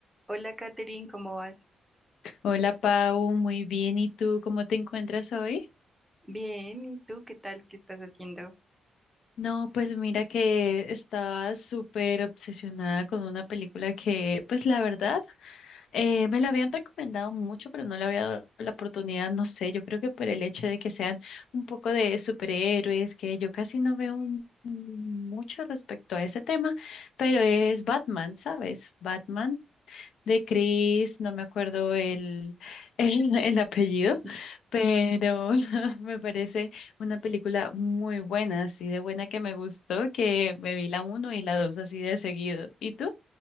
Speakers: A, in the centre; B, on the left.
A: Hola, Katherine, ¿cómo vas?
B: Hola Pau, muy bien. ¿Y tú cómo te encuentras hoy?
A: Bien, ¿y tú qué tal? ¿Qué estás haciendo?
B: No, pues mira que estaba súper obsesionada con una película que, pues la verdad, eh, me la habían recomendado mucho, pero no le había dado la oportunidad, no sé, yo creo que por el hecho de que sean un poco de superhéroes, que yo casi no veo un- mucho respecto a ese tema, pero es Batman, ¿sabes? Batman. de Chris, no me acuerdo el, <laughs> el, el apellido,
A: <laughs>
B: pero <laughs> me parece una película muy buena, así de buena que me gustó, que me vi la uno y la dos así de seguido. ¿Y tú?